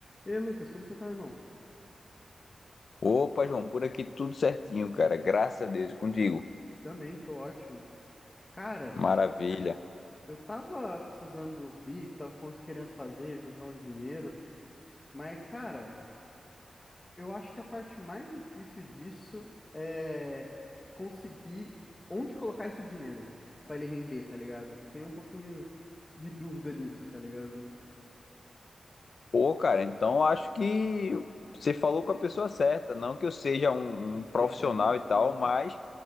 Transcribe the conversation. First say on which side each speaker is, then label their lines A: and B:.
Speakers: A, on the left; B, on the left.
A: E aí, Lucas, como você tá, irmão?
B: Opa, João, por aqui tudo certinho, cara. Graças a Deus, e contigo.
A: Também, tô ótimo. Cara,
B: Maravilha.
A: eu tava precisando de uns bicos, tava cons- querendo fazer, juntar um dinheiro, mas, cara, eu acho que a parte mais difícil disso é conseguir onde colocar esse dinheiro pra ele render, tá ligado? Eu tenho um pouquinho de dúvida nisso, tá ligado?
B: Pô, cara, então acho que você falou com a pessoa certa. Não que eu seja um,
A: Especialista,
B: um profissional e tal,
A: aham.
B: mas